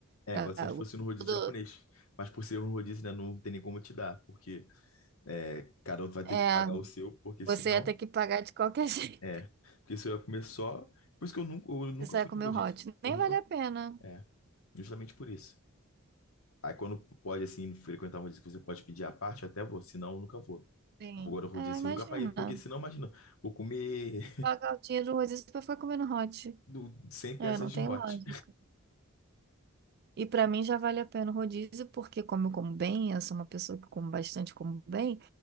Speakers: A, on the left (about 70°); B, on the right (about 45°).
A: É, quase
B: Cago.
A: se a gente fosse no rodízio
B: Tudo,
A: japonês. Mas por ser um rodízio, né, não tem nem como te dar, porque é, cada outro vai ter
B: é,
A: que pagar o seu, porque
B: você
A: senão.
B: ia ter que pagar de qualquer <laughs> jeito.
A: É. Porque se eu ia comer só. Por isso que eu nunca, eu nunca
B: Você só
A: fui
B: ia comer
A: no rodízio.
B: o hot. Nem
A: Eu nunca.
B: vale a pena.
A: É, justamente por isso. Aí quando pode, assim, frequentar um rodízio que você pode pedir à parte, eu até vou, senão eu nunca vou.
B: Sim.
A: Agora o rodízio
B: É, imagina.
A: assim, eu nunca paguei, porque senão, imagina, vou comer
B: Pagar o dinheiro do rodízio pra ficar comendo hot.
A: <laughs> do- 100
B: É,
A: peças
B: não tem
A: de hot.
B: lógica. E para mim já vale a pena o rodízio, porque como eu como bem, eu sou uma pessoa que como bastante, como bem,